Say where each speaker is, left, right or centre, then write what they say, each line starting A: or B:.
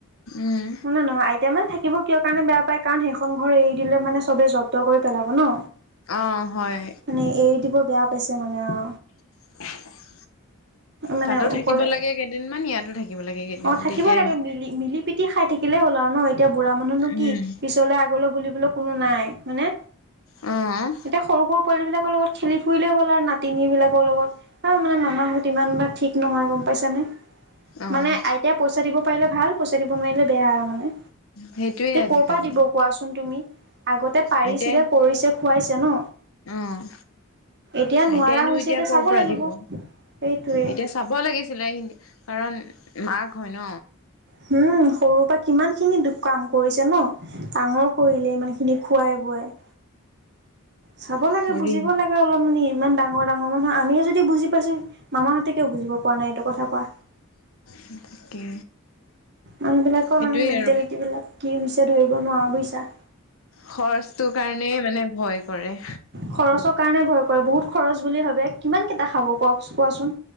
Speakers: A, on the left; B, on the right.
A: উম
B: মানে নহয় আইতা মানে থাকিব কিয় কাৰণে বেয়া পায় কাৰণ সেইখন অখন ঘৰ এৰি দিলে মানে চবে জব্দ কৰি পেলাব ন।
A: অ', হয়।
B: মানে এৰি দিব বেয়া পাইছে মানে অহ।
A: <inaudible>
B: মানে
A: তাতো
B: অকলে
A: থাকিব লাগে কেইদিনমান ইয়াতো থাকিব লাগে কেইদিনমান
B: অ', থাকিব
A: তেতিয়া
B: লাগে মিলি মিলি পিটি খাই থাকিলে হ'ল আৰু ন এতিয়া বুঢ়া মানুহনো
A: উম
B: কি পিছলে আগলৈ বুলিবলৈ কোনো নাই মানে
A: অ',
B: এতিয়া সৰু সৰু পোৱালিবিলাক লগত খেলি ফুৰিলে হ'ল আৰু নাতিনী বিলাকৰ লগত। অ' মানে মামাহঁত ইমান এটা ঠিক নহয় গম পাইছ নে
A: অ',
B: মানে আইত পইচা দিব পাৰিলে ভাল পইচা দিব নোৱাৰিলে বেয়া আৰু মানে।
A: সেইটোয়ে
B: এ
A: আজিকালি
B: কৰ পৰা দিব কোৱাচোন তুমি। আগতে পাৰিছিলে
A: আইতাই
B: কৰিছে খুৱাইছে জনো
A: অ',
B: এতিয়া
A: আইতাইনো
B: নোৱাৰা হৈছে এতিয়া
A: ক'ৰ
B: চাব
A: পৰা
B: লাগিব।
A: দিব
B: সেইটোৱে।
A: এতিয়া চাব লাগিছিলে এইহিনি কাৰণ মাক হয় ন
B: হম সৰুৰ পৰা কিমান খিনি দু কাম কৰিছে ন ডাঙৰ কৰিলে ইমান খিনি খুৱাই বোৱাই চাব লাগে
A: কৰি
B: বুজিব লাগে অলপমান এ ইমান ডাঙৰ ডাঙৰ মানুহ আমিয়ে যদি বুজি পাইছো মামাহঁতে কিয় বুজিব পৰা নাই এইটো কথা কোৱা
A: হু তাকে
B: মানুহবিলাকৰ
A: সেইটোয়ে
B: মানে মেন্টেলিটি
A: আৰু
B: বিলাক কি হৈছে ধৰিব নোৱাৰা বুই ত
A: খৰচটো কাৰণেই মানে ভয় কৰে
B: খৰচৰ কাৰণে ভয় কৰে বহুত খৰচ বুলি ভাবে কিমান কেইটা খাব কওক কোৱাচোন